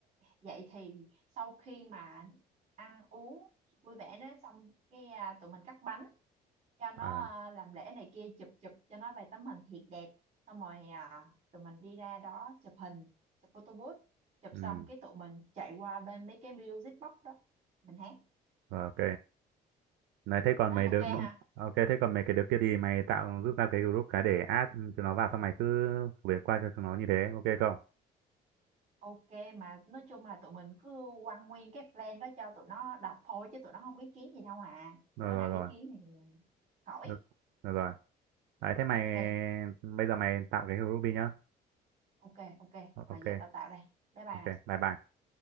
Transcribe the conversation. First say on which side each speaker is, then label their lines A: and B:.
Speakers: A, on the right (about 45°); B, on the right (about 85°).
A: vậy thì sau khi mà ăn uống vui vẻ đó xong cái à, tụi mình cắt bánh cho nó
B: à
A: à, làm lễ này kia chụp chụp cho nó vài tấm hình thiệt đẹp xong rồi à, tụi mình đi ra đó chụp hình chụp photo booth chụp
B: ừ
A: xong cái tụi mình chạy qua bên mấy cái music box đó mình hát
B: rồi, ok này thế còn
A: nó
B: mày
A: ok
B: được
A: ha
B: ok thế còn mấy cái đứa kia thì mày tạo giúp ra cái group cái để add chúng nó vào xong mày cứ phổ biến qua cho chúng nó như thế ok không
A: Ok mà nói chung là tụi mình cứ quăng nguyên cái plan đó cho tụi nó đọc thôi chứ tụi nó không ý kiến gì đâu à.
B: rồi
A: Đứa
B: rồi
A: nào
B: rồi
A: ý kiến thì khỏi.
B: được, được rồi đấy thế mày
A: Ok,
B: bây giờ mày tạo cái group đi nhá
A: ok, ok.
B: ok
A: Rồi giờ tao tạo đây. Bye bye
B: ok
A: này.
B: bye bye